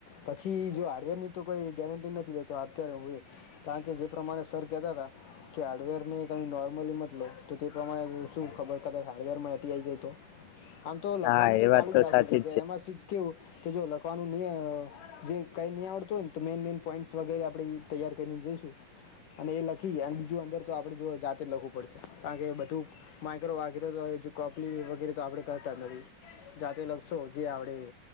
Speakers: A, on the left; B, on the left.
A: પછી જો હાર્ડવેરની તો કોઈ ગેરંટી નથી લેતો અત્યારે હું એ. કારણ કે જે પ્રમાણે સર કેતાતા. કે હાર્ડવેર ની તમે નોર્મલી મત લો. તો તે પ્રમાણે શું ખબર કદાચ હાર્ડવેરમાં એટી આઈ જાય તો? આમ તો લખવાનું
B: હા
A: તો
B: એ
A: ચાલુ
B: વાત
A: જ રાખું
B: સાચી
A: છે કે એમાં સિજ કેવું કે જો લખવાનું નહી જે કઈ નહીં આવડતું હોય ને તો મેન મેન પોઈન્ટ વગેરે આપણે ઈ તૈયાર કરીને જઈશું. અને એ લખી અને બીજું અંદર તો આપણે જો જાતે જ લખવું પડશે. કારણ કે બધું માઇક્રો વાગેરે તો હવે જો કોપલી વગેરે તો આપડે કરતા જ નથી. જાતે લખશો જે આવડે એ.